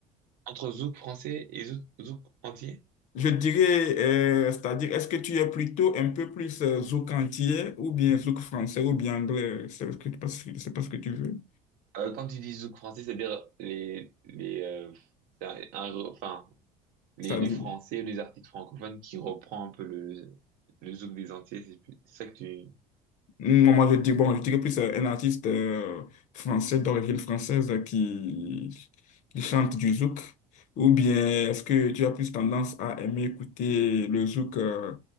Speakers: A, on the right; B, on the left.
A: Entre zouk français et zouk, zouk entier?
B: Je dirais, euh, c'est-à-dire, est-ce que tu es plutôt un peu plus euh, zouk antillais ou bien zouk français ou bien anglais? C'est ce que- c'est pas ce que, c'est pas ce que tu veux.
A: Euh, quand tu dis zouk français, c'est-à-dire les, les, euh, c'est un- un enfin, les,
B: C'est-à-dire,
A: les Français, les artistes francophones qui reprend un peu le, le, le zouk des entiers, c'est plus- c'est ça que tu...
B: moi, moi, je dis, bon, je dirais plus euh, un artiste euh, français d'origine française euh, qui, qui chante du zouk. Ou bien est-ce que tu as plus tendance à aimer écouter le zouk euh,